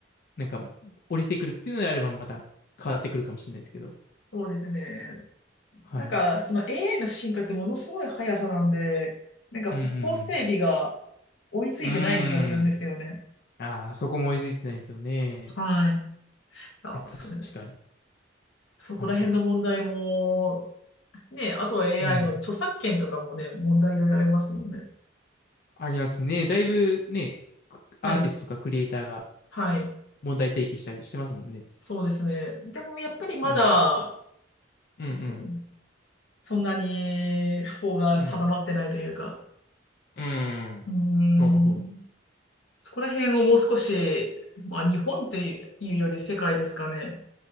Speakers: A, on the left (about 50°); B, on the left (about 85°).
A: なんか降りてくるっていうのであればまた変わってくるかもしれないですけど。
B: そうですね。
A: はい。
B: なんか、その AI の進化ってものすごい速さなんで、なんか法整備が
A: うんうん
B: 追いついてない気がするんですよね。
A: うん。うーん。ああ、そこも追いついてないですよね。
B: はい。あ、
A: いや、確かに。
B: それ、そこら辺の問題も、
A: はいはい。
B: ね、あとは AI
A: うん。
B: の著作権とかもね、問題いろいろありますもんね。
A: ありますね。だいぶね、くアーティストとかクリエイターが
B: はい。はい。
A: 問題提起したりしてますもんね。
B: そうですね。でもやっぱりまだ、
A: うん。うん
B: そ、そんなに法が定まってないというか、
A: うん。うん。うん。
B: うーん、
A: そうそう。
B: そこら辺をもう少し、まあ日本というより世界ですかね。